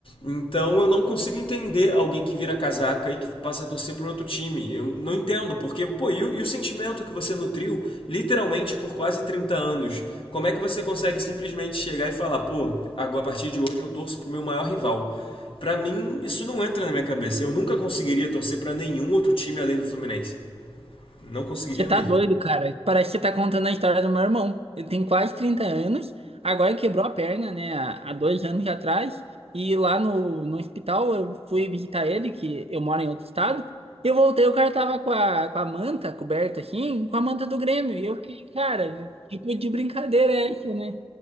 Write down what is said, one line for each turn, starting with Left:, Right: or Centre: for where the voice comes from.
Left: Então eu não consigo entender alguém que vira casaca e que passa a torcer para outro time. Eu não entendo, porque, pô, e o, e o sentimento que você nutriu literalmente por quase 30 anos? Como é que você consegue simplesmente chegar e falar, pô, agora a partir de hoje eu torço pro meu maior rival? Pra mim, isso não entra na minha cabeça. Eu nunca conseguiria torcer pra nenhum outro time além do Fluminense. Não conseguiria
Right: Você tá
Left: mesmo.
Right: doido, cara. Parece que você tá contando a história do meu irmão. Ele tem quase 30 anos, agora quebrou a perna, né, há há dois anos atrás. E lá no, no hospital eu fui visitar ele, que eu moro em outro estado. Eu voltei, o cara tava com a, com a manta coberta assim, com a manta do Grêmio. E eu fiquei, cara, tipo de brincadeira é essa, né?